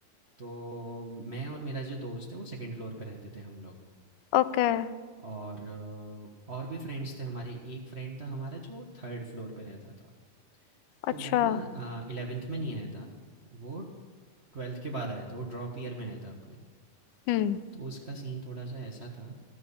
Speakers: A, on the right; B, on the left.
A: तो मैं और मेरा जो दोस्त है वो सेकंड फ्लोर पे रहते थे हम लोग
B: ओके
A: और अ, और भी फ्रेंड्स थे हमारे एक फ्रेंड था हमारा जो थर्ड फ्लोर पे रहता था तो
B: अच्छा
A: वो ना इलेवेंथ में नहीं आया था वो ट्वेल्थ के बाद आया था वो ड्रॉप ईयर में आया था अपने
B: हम्म
A: तो उसका सीन थोड़ा सा ऐसा था